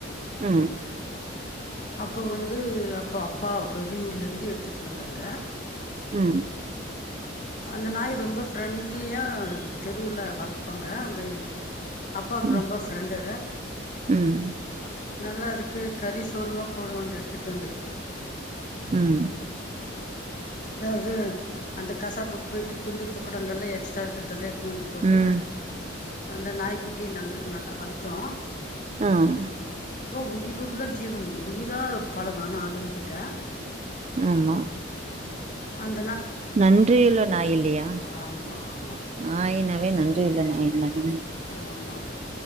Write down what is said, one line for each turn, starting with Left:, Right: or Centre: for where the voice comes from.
Right: ம்
Left: அப்போ வந்து அப்ப அப்பா வெளியூர்ல இருந்து எடுத்துட்டு வந்தாங்க
Right: ம்
Left: அந்த நாய் ரொம்ப ஃப்ரெண்ட்லியா அது தெருவுல வளப்பாங்க அந்த அப்பாக்கு
Right: ம்
Left: ரொம்ப ஃப்ரெண்டு
Right: ம்
Left: நல்லா அதுக்கு கரி ஒழுங்கா போடுவாங்க எடுத்துட்டு வந்து
Right: ம்
Left: அதாவது அந்த கசாப்புக்கு போயிட்டு துண்டு துக்கடங்கல்லா எக்ஸ்ட்ரா இருக்குதல்ல எடுத் டுத்து வந்து போட்டா
Right: ம்
Left: அந்த நாய் குட் ட்டி நாங்க நல்லா வளத் தோ
Right: ஆஹ்
Left: அப்ப உயிருள்ள ஜீவன் உயிரா பழகும் ஆளுன்ங்கிட்ட
Right: ஆமா
Left: அந்
Right: நன்றியுள்ள நாய் இல்லியா
Left: ஆமா ஆமா
Right: நாயினாவே நன்றி நன்றியுள்ள நாய் தான் உம்
Left: ஆமா